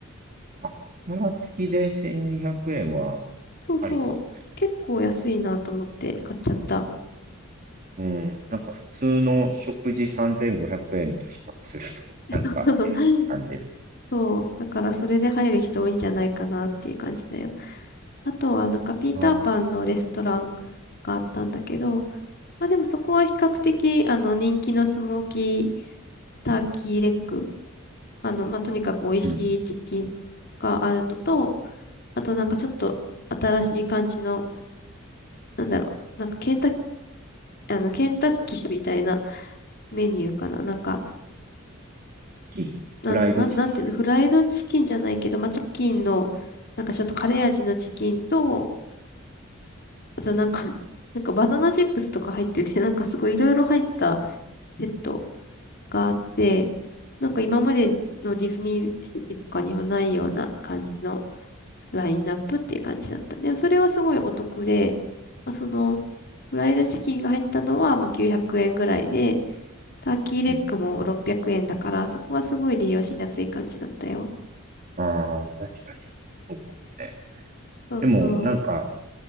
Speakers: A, on the right (about 40°); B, on the left (about 50°).
A: あ、お皿付きで1200円は
B: そうそう。
A: ありかもね。
B: 結構安いなと思って買っちゃった。
A: うん、なんか普通の食事3500円と比較すると、なんか安く感じる。
B: <laughs> そう。だからそれで入る人多いんじゃないかなっていう感じだよ。あとはなんかピーターパンのレストランがあったんだけど、
A: ああ、
B: まあでもそこは比較的あの人気のスモーキーターキーレッグ。あの、まあとにかく美味しいチキンがあるのと、
A: うん。
B: あとなんかちょっと新しい感じの、なんだろう、なんかケンタッあの、ケンタッキーみたいなメニューかな。なんか、
A: チキンフライドチキンって。
B: なん、なん、なんていうの、フライドチキンじゃないけど、まあ、チキンの、なんかちょっとカレー味のチキンと、あとなんか、<laughs> なんかバナナチップスとか入ってて、<laughs> なんかすごいいろいろ入ったセットがあって、なんか今までのディズニーシーとかにはないような感じのラインナップっていう感じだった。で、それはすごいお得で、まあ、その、フライドチキンが入ったのは、まあ、900円ぐらいで、ターキーレッグも600円だから、
A: うん、
B: そこはすごい利用しやすい感じだったよ。
A: ああ、確かに。そうかもね。
B: そうそう。
A: でも、なんか、